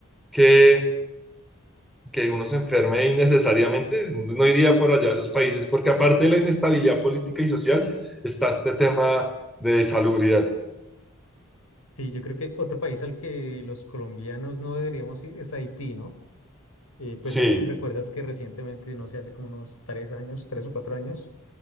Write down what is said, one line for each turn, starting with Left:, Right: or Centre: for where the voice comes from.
Centre: que que uno se enferme innecesariamente, no iría por allá a esos países, porque aparte de la inestabilidad política y social, está este tema de salubridad.
Left: Sí, yo creo que otro país al que los colombianos no deberíamos ir es Haití, ¿no? Eh, pues
Centre: Sí,
Left: no sé si recuerdas que recientemente, no sé, hace como unos tres años, tres o cuatro años,